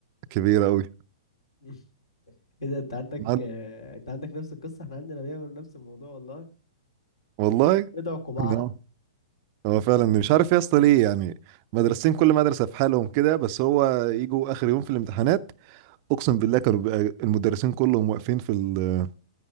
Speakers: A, on the right (about 35°); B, on the left (about 65°).
A: كبيره قوي
B: <laughs> إيه ده أنت عندك
A: عن-
B: آه، أنت عندك نفس القصة إحنا عندنا بيعملوا نفس الموضوع والله
A: والله
B: بندعكوا بعض
A: <laughs> هو فعلا مش عارف يا اسطى ليه يعني مدرستين كل مدرسة في حالهم كده بس هو يجوا آخر يوم في الامتحانات أقسم بالله كانوا بيبقى المدرسين كلهم واقفين في ال